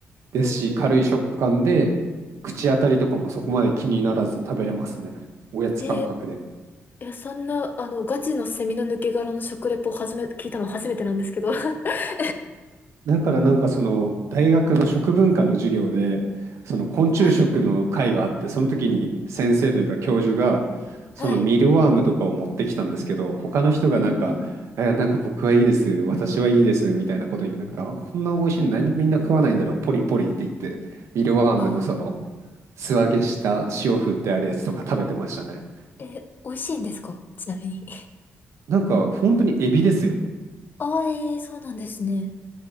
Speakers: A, on the right; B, on the left.
A: ですし、
B: うんうん。
A: 軽い食感で、口当たりとかもそこまで気にならず食べれますね。おやつ感覚で。
B: えー、いや、そんな、あの、ガチのセミの抜け殻の食レポを初め、聞いたの初めてなんですけど。<laughs>
A: だからなんかその大学の食文化の授業でその昆虫食の会があってその時に先生というか教授が
B: はい、
A: そのミルワームとかを持ってきたんですけど他の人がなんか「えなんか僕はいいです私はいいです」みたいなこと言ってなんかあこんな美味しいのなんでみんな食わないんだろうポリポリって言ってミルワームのその
B: はい。うんうん、うん。あ
A: 素揚げした塩振ってあるやつとか食べてましたね
B: あ、えー、美味しいんですかちなみに。
A: なんか本当にエビですよ
B: <laughs> ああ、えー、そうなんですね。